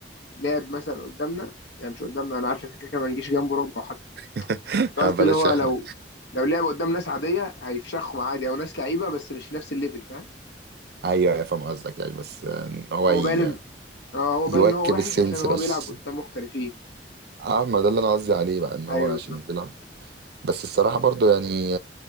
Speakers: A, on the left; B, on the right.
A: لعب مثلا قدامنا يعني مش قدامنا انا عارف ان احنا كده كده ما نجيش جنبه ربع حتى
B: <laughs>
A: قصدي
B: بلاش
A: اللي هو
B: احنا
A: لو لو لعب قدام ناس عادية هيفشخهم عادي او ناس لعيبة بس مش في نفس الليفل فاهم
B: ايوه أيوة، فاهم قصدك يعني بس آه، ان هو
A: هو
B: ي-
A: باين اه هو
B: يواكب
A: باين ان هو وحش
B: السنس
A: عشان هو
B: بس
A: بيلعب قدام محترفين
B: اه ما ده اللي انا قصدي عليه بقى ان
A: ايوه
B: هو عشان
A: بالظبط
B: بيلعب بس الصراحه برضه يعني